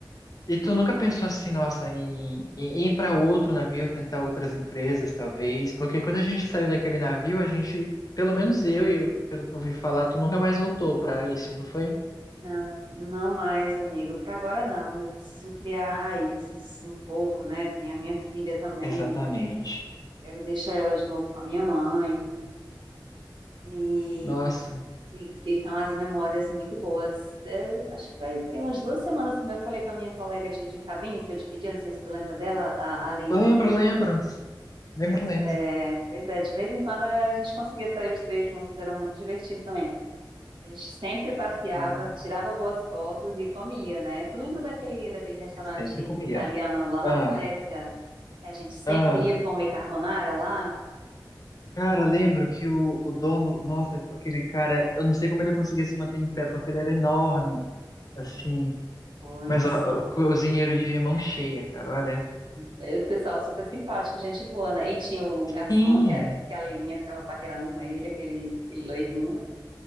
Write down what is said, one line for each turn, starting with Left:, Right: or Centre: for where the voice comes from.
Right: Hum,
Left: e tu nunca pensou assim, nossa, em, em ir para outro navio, tentar outras empresas, talvez? Porque quando a gente saiu daquele navio, a gente, pelo menos eu e eu, pelo que eu ouvi falar, tu nunca mais voltou para isso, não foi?
Right: Não, não mais, amigo. Para agora não. Eu preciso criar raízes um pouco, né? Tem a minha filha também.
Left: Exatamente.
Right: eu Quero deixar ela de novo com a minha mãe. e
Left: Nossa.
Right: E ficam as memórias muito boas. É, acho que vai ter umas duas semanas também. Eu falei com a minha colega de, de cabine, que eu dividia, não sei se tu lembra dela, a, a Leilinha.
Left: Lembro, lembro. Lembro,
Right: Pois
Left: lembro.
Right: é, pois é, de vez em quando a gente conseguia sair os três juntos, era muito divertido também. A gente sempre passeava,
Left: Hum,
Right: tirava boas fotos e comia, né? Tu lembra daquele, daquele restaurante
Left: Sempre comia.
Right: italiano lá na
Left: Ah,
Right: Suécia? Que a gente sempre
Left: ah.
Right: ia comer carbonara lá?
Left: Cara, lembro que o, o dono, nossa, aquele cara, eu não sei como ele conseguia se manter em pé, porque ele era enorme,
Right: É,
Left: assim.
Right: pois
Left: Mas ó, ó, cozinheiro de mão cheia, cara, olha.
Right: É, o pessoal super simpático, gente boa, né? E tinha o garçom,
Left: Sim.
Right: que a, que a Leilinha ficava paquerando com ele, aquele, aquele loirinho.